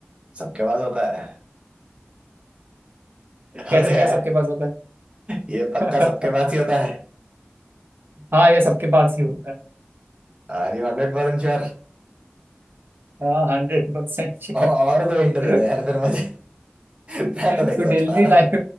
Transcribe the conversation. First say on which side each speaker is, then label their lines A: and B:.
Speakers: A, on the right; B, on the right.
A: सबके पास होता है
B: कैसे
A: अबे
B: क्या
A: यार
B: सबके पास होता है
A: ये
B: <laughs>
A: पक्का सबके पास ही होता है
B: हाँ ये सबके पास ही होता है
A: Are you हंड्रेड परसेंट sure
B: हाँ हंड्रेड परसेंट श्योर
A: और कोई हिंट दे दे
B: <laughs>
A: यार फिर मुझे मैं
B: तो
A: तो नहीं
B: daily
A: सोच पा रहा
B: life
A: हूँ